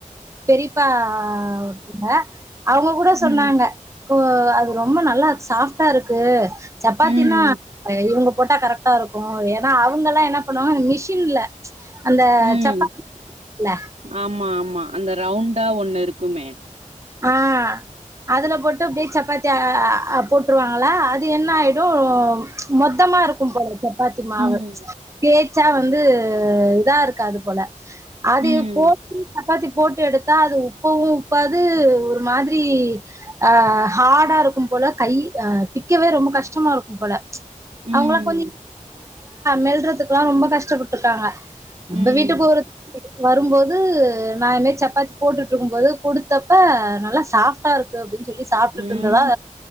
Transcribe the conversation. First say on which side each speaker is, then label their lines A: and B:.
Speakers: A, on the right; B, on the right.
A: பெரிய ப்ப ஓங்க <inaudible> அவங்க கூட சொன்னாங்க
B: ம்
A: அது ரொம்ப நல்லா சாஃப்டா இருக்கு சப்பாத்தனா
B: ம்
A: இவங்க போட்டா கரெக்டா இருக்கும்ஏன்னா அவங்க எல்லா என்ன பண்ணுவாங்க மிஷின்ல அந்த
B: ம்
A: சப்பாத்தி இருகில்ல
B: ஆமா ஆமா அந்த ரவுண்டா ஒண்ணு இருக்கு குமர் <unintelligible>
A: ஆஹ் அதுல போட்டு பீக் சப்பாத்தி போட்டுருவாங்களா அது என்ன ஆயிடும் மொத்தமா இருக்கும் போல சப்பாத்தி மாவு
B: ம்
A: க ச்சா வந்து இதா இருக்காது போல அது
B: ம்
A: போ <unintelligible> ப்பத்தி போட்டு எடுத்தா அது உப்பவும் உப்பா அது ஒரு மாதிரி அஹ ஹார்டா இருக்கும் போல கை அஹ பிக்கவே ரொம்ப கஷ்டமா இருக்கும் போல
B: ம்
A: அவங்கள கொஞ்சம் மெல்றதுக்குெல்லாம் ரொம்ப கஷ்டப்பிருக்காங்க நம்ம
B: ம்
A: வீட்டு போறது வரும்போது நான்மி சப்பாத்தி போட்டுட்டு இருக்கும்போது கொடுத்த இப்ப நல்லா சாப்டா இருக்கு அப்பின்னு சொல்லி சாப்பிட்டுட்டு
B: ம்
A: இருந்ததா